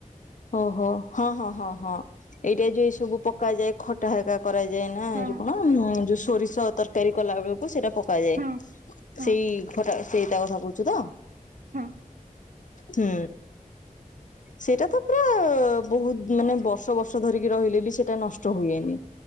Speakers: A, on the left; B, on the right.
A: ଓହୋ ହଁ ହଁ ହଁ ହଁ ଏଇଟା ଯୋଉ ଏ ସବୁ ପକାଯାଏ ଖ ଟା ହେକା କରାଯାଏ ନା
B: ହଁ
A: ଏ ଯଉ କଣ ଯୋଉ ସୋରିଷ ତରକାରୀ କଲା ବେଳକୁ ସେଇଟା ପକାଯାଏ।
B: ହଁ ହଁ
A: ସେଇ ଘଟା ସେଇ ତା କଥା କୁଛୁ ତ?
B: ହଁ
A: ହୁଁ ସେଇଟା ତ ଅ ବହୁତ୍ ମାନେ ବର୍ଷ-ବର୍ଷ ଧରିକି ରହିଲେ ବି ସେଟା ନଷ୍ଟ ହୁଏନି।